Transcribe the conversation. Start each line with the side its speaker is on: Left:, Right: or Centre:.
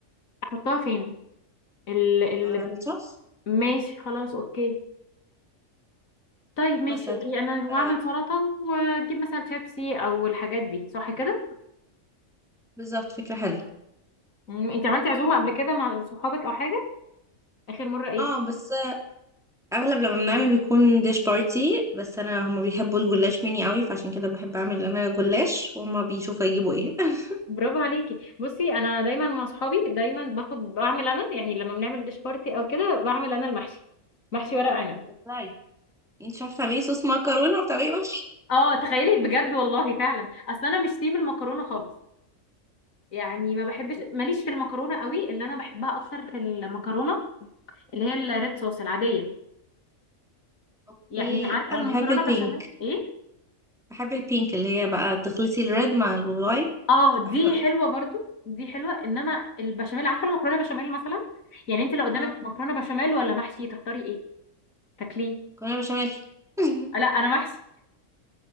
Left: احطها فين ال ال
Centre: على الصوص
Left: ماشي خلاص اوكي طيب ماشي
Centre: بس هتبقى
Left: اوكي انا
Centre: كده-
Left: واعمل سلطه واجيب مثلا شيبسي او الحاجات دي صح كده
Centre: بالظبط فكرة حلوة
Left: مم، انت عملتي عزومه قبل كده مع صحابك او حاجه اخر مره ايه
Centre: اه بس اغلب لما بنعمل بيكون ديش بارتي بس انا هما بيحبوا الجلاش مني قوي فعشان كده بحب اعمل انا جلاش وهما بيشوفوا يجيبوا ايه <laughs>
Left: برافو عليكي بصي انا دايما مع اصحابي دايما باخد بعمل انا يعني لما بنعمل ديش بارتي او كده بعمل انا المحشي محشي ورق عنب
Centre: بتهزري انت مش عارفه تعملي صوص مكرونه وبتعملي محشي
Left: اه تخيلي بجد والله فعلا اصل انا مش تيم المكرونه خالص يعني ما بحبش ماليش في المكرونه قوي اللي انا بحبها اكتر في المكرونه اللي هي الريد صوص العاديه
Centre: اوكي
Left: يعني عارفه
Centre: انا
Left: المكرونه
Centre: بحب البينك
Left: بشاميل ايه
Centre: بحب البينك اللي هي بقى تخلطي الريد مع الوايت
Left: اه
Centre: تبقى
Left: دي
Centre: حلوه قوي
Left: حلوه برضو دي حلوه انما البشاميل عارفه المكرونه بشاميل مثلا يعني انت لو قدامك
Centre: اه
Left: مكرونه بشاميل ولا محشي تختاري ايه تاكليه
Centre: مكرونه بشاميل <laughs>
Left: لا انا محشي